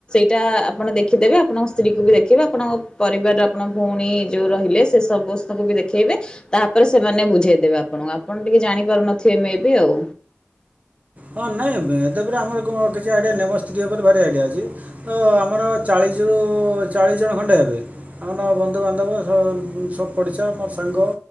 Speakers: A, on the left; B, on the right.
A: ଇଟା ଆପଣ ଦେଖିଦେବେ ଆପଣଙ୍କ ସ୍ତ୍ରୀକୁ ବି ଦେଖେଇବେ। ଆପଣଙ୍କ ପରିବାରର ଆପଣ ଭଉଣୀ ଯୋଉ ରହିଲେ ସେ ସବୁସ୍ତଙ୍କୁ ବି ଦେଖେଇବେ। ତାପରେ ସେମାନେ ବୁଝେଇଦେବେ ଆପଣଙ୍କୁ। ଆପଣ ଟିକେ ଜାଣିପାରୁନଥିବେ ଏ ମେବି ଆଉ।
B: ହଁ ନାଇଁ ଏତେପ ଆମର କିଛି ଆଇଡିଆ ନେ ମୋ ସ୍ତ୍ରୀ ଉପରେ ଭାରି ଆଇଡିଆ ଅଛି। ତ ଆମର ଚାଳିଶରୁ ଚାଳିଶ ଜଣ ଖଣ୍ଡେ ହେବେ। ଆମର ବନ୍ଧୁବାନ୍ଧବ ସୁ ପଡିଶା ମୋର ସାଙ୍ଗ